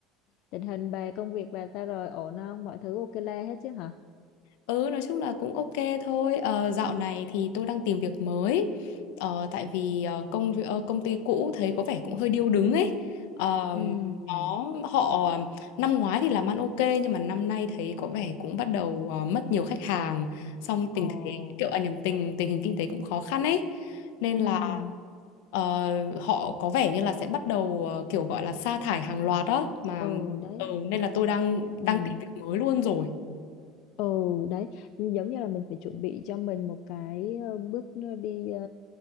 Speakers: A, on the left; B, on the left.
A: tình hình bà công việc bà sao rồi ổn không mọi thứ ok le hết chứ hả
B: Ừ, nói chung là cũng ok thôi. Ờ, dạo này thì tôi đang tìm việc mới. Ờ, tại vì ờ, công vi- ờ, công ty cũ thấy có vẻ cũng hơi điêu đứng ấy. Ờ,
A: ừ
B: nó họ năm ngoái thì làm ăn ok nhưng mà năm nay thấy có vẻ cũng bắt đầu ờ, mất nhiều khách hàng. Xong tình
A: ồ
B: thế kiểu à, nhầm tình tình hình kinh tế cũng khó khăn ấy nên
A: ừ
B: là Ờ, họ có vẻ như là sẽ bắt đầu ờ, kiểu gọi là sa thải hàng loạt đó mà
A: ừ đấy
B: ừ, nên là tôi đang
A: ừ
B: đang tìm việc mới luôn rồi.
A: Ừ đấy như- giống như là mình phải chuẩn bị cho mình một cái ờ, bước n- đi ờ,